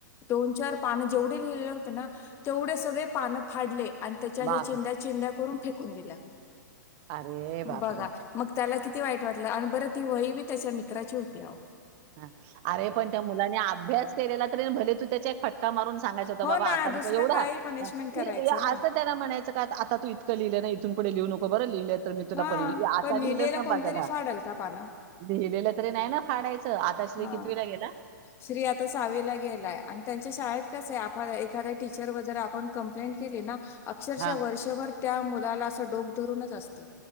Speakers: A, on the left; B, on the right.
A: दोन चार पानं जेवढे लिहिले होते ना तेवढे सगळे पानं फाडले आणि त्याच्या अशा
B: बाप
A: चिंद्या चिंद्या करून फेकून दिला
B: अरे बापरे
A: बघा मग त्याला किती वाईट वाटलं आणि ब ती वही बी त्याच्या मित्राची होती अ
B: ह अरे पण त्या मुलाने अभ्यास केलेला तरी भले तू त्याचा एक फटका मारून सांगायच होता
A: हो
B: बाबा
A: ना
B: आता
A: दुसरं
B: वढ
A: काही पनिशमेंट
B: असं
A: करायचं ना
B: त्याला म्हणायचं का आता तू इतकं लिहिलं ना इथून क लिहू नको बरं लिहिलं मी तुला
A: हा
B: पर आता
A: पण लिहिलेलं
B: लिहिलंच ना
A: कोणतरी
B: बाजाला
A: फाडल का पानं
B: लिहिलं तरी नाही ना फाडायचं आता श्री
A: हा
B: कितवीला गेला?
A: श्री आता सावीला गेलाय आणि त्यां शाळ क एखा टीचर वगरे आपण कंप्लेंट केली ना अक्षरश
B: हां.
A: वर्षभर त्या मुलाला असं डोक धरूनच असते